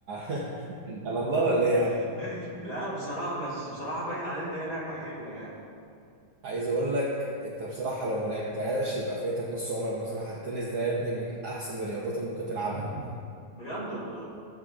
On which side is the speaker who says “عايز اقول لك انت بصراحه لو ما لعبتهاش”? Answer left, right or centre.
Right